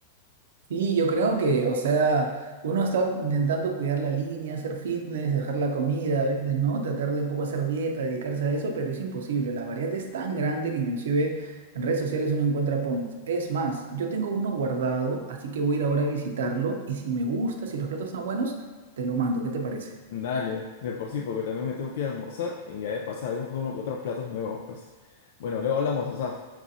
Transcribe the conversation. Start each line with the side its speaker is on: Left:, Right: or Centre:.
Right: Sí, yo creo que, o sea, uno está intentando cuidar la línea, hacer fitness, dejar la comida, a veces, ¿no? Tratar de un poco hacer dieta, dedicarse a eso, pero es imposible. La variedad es tan grande que inclusive en redes sociales uno encuentra points. Es más, yo tengo uno guardado, así que voy a ir ahora a visitarlo y si me gusta, si los platos están buenos, te lo mando. ¿Qué te parece?
Left: Dale, de por sí, porque también me tengo que ir a almorzar y ya de pasada vemos uno que otros platos nuevos, pues. Bueno, luego hablamos, Asaf.